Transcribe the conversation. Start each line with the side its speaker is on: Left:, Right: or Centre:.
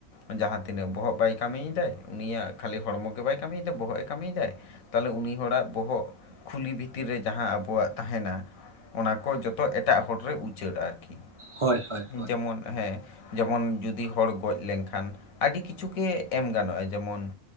Left: ᱡᱟᱦᱟᱸ ᱛᱤᱱᱟᱹᱜ ᱵᱚᱦᱚᱜ ᱵᱟᱭ ᱠᱟᱹᱢᱤᱭᱮᱫᱟᱭ ᱩᱱᱤᱭᱟᱜ ᱠᱷᱟᱹᱞᱤ ᱦᱚᱲᱢᱚ ᱜᱮ ᱵᱟᱭ ᱠᱟᱹᱢᱤᱭᱮᱫᱟ ᱵᱚᱦᱚᱜ ᱮ ᱠᱟᱹᱢᱤᱭᱮᱫᱟᱭ ᱛᱟᱦᱚᱞᱮ ᱩᱱᱤ ᱦᱚᱲᱟᱜ ᱵᱚᱦᱚᱜ ᱠᱷᱩᱞᱤ ᱵᱷᱤᱛᱤᱨ ᱨᱮ ᱡᱟᱦᱟᱸ ᱟᱵᱚᱣᱟᱜ ᱛᱟᱦᱮᱱᱟ ᱚᱱᱟ ᱠᱚ ᱡᱚᱛᱚ ᱮᱴᱟᱜ ᱦᱚᱲ ᱨᱮ ᱩᱪᱟᱹᱲ ᱟᱨᱠᱤ
Right: ᱦᱳᱭ ᱦᱳᱭ ᱦᱳᱭ
Left: ᱡᱮᱢᱚᱱ ᱦᱮᱸ ᱡᱮᱢᱚᱱ ᱡᱩᱫᱤ ᱦᱚᱲ ᱜᱚᱡ ᱞᱮᱱᱠᱷᱟᱱ ᱟᱹᱰᱤ ᱠᱤᱪᱷᱩ ᱜᱮ ᱮᱢ ᱜᱟᱱᱚᱜᱼᱟ ᱡᱮᱢᱚᱱ